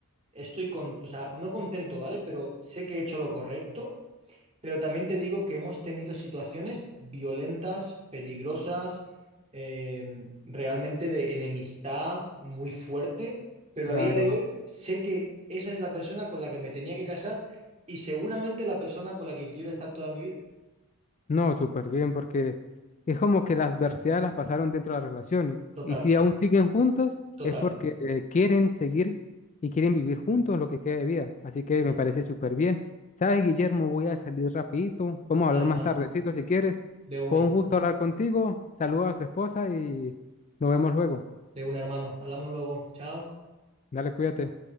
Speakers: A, on the right (about 30°); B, on the left (about 35°).
A: estoy con, o sea, no contento, ¿vale? Pero sé que he hecho lo correcto Pero también te digo que hemos tenido situaciones violentas, peligrosas, eh, realmente de enemistad muy fuerte, pero
B: claro.
A: a día de hoy sé que esa es la persona con la que me tenía que casar y seguramente la persona con la que quiero estar toda mi vida.
B: No, súper bien, porque es como que las adversidades las pasaron dentro de la relación.
A: Total,
B: Y, y si aún siguen juntos,
A: total,
B: es porque eh, quieren seguir y quieren vivir juntos lo que queda de vida. Así que
A: justo.
B: me parece súper bien. ¿Sabes, Guillermo? Voy a salir rapidito. Vamos a
A: Vale,
B: hablar
A: hermano,
B: más tardecito si quieres.
A: de una,
B: Fue un gusto hablar contigo. Saluda a su esposa y nos vemos luego.
A: de una, hermano. Hablamos luego. Chao.
B: Dale, cuídate.